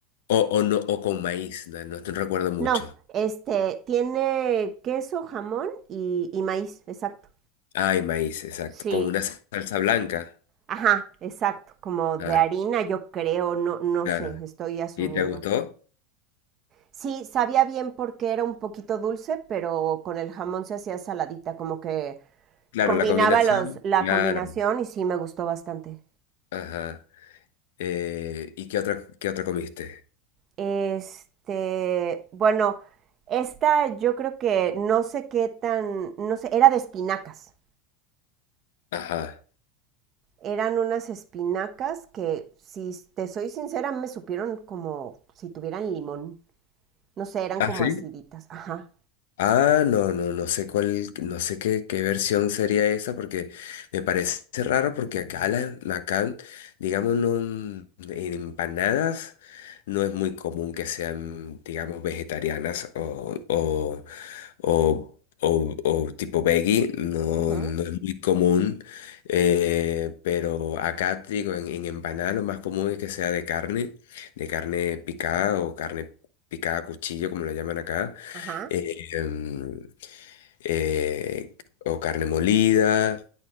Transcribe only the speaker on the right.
no,
este, tiene queso, jamón y, y maíz, exacto.
Sí,
ajá, exacto, como de
harina, yo creo, no, no
sé, estoy asumiendo.
Sí, sabía bien porque era un poquito dulce, pero con el jamón se hacía saladita, como que
combinaba
los, la
combinación y sí me gustó bastante.
Este, bueno, esta yo creo que no sé qué tan, no sé, era de espinacas.
Eran unas espinacas que, si te soy sincera, me supieron como si tuvieran limón. No sé, eran
como
aciditas. Ajá.
Ujú,
Ajá.